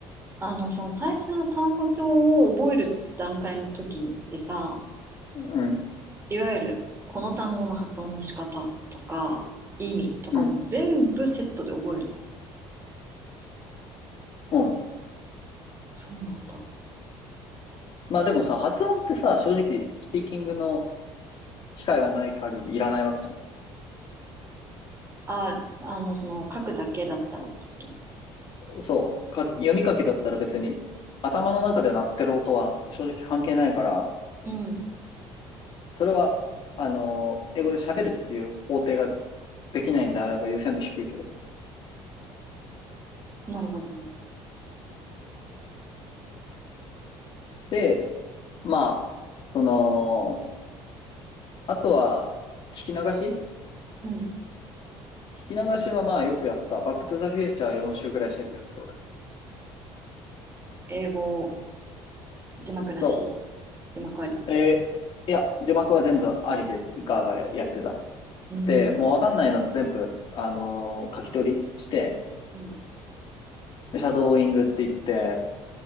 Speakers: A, on the right (about 25°); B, on the left (about 50°).
A: あの、その最初の単語帳を覚える段階の時ってさ、
B: うん、
A: いわゆるこの単語の発音の仕方とか意味とかも全部セットで覚えるの。
B: うん、うん。
A: そうなんだ。
B: まあでもさ、発音ってさ、正直、スピーキングの機会がない限りいらないわけじゃん。
A: あ、あの、その書くだけだったらってこと。
B: そう、か、読み書きだったら別に、頭の中で鳴ってる音は正直関係ないから、
A: うん。
B: それは、あの英語で喋るっていう工程ができないんであれば優先度低いけど。
A: なるほどね。
B: で、まあ、その、あとは、聞き流し
A: うん。
B: 聞き流しはまあよくやった。バックトゥザフューチャー4週ぐらいした気がする、俺。
A: 英語、字幕なし。
B: そ
A: 字幕あり。
B: う。えーいや、字幕は全部ありで、ガーガーやってた。
A: うん。
B: で、もうわかんないの全部、あのー書き取りして、
A: うん。
B: でシャドーイングって言って、